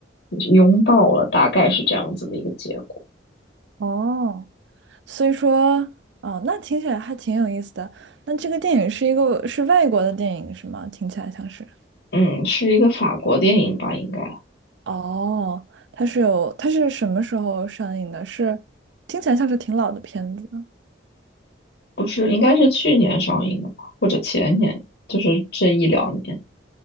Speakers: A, on the left (about 65°); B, on the right (about 75°).
A: 拥抱了，大概是这样子的一个结果。
B: 哦。所以说，哦，那听起来还挺有意思的。那这个电影是一个是外国的电影是吗？听起来像是。
A: 嗯，是一个法国电影吧，应该
B: 哦，它是有，它是什么时候上映的？是，听起来像是挺老的片子。
A: 不是，应该是去年上映的吧，或者前年，就是这一两年。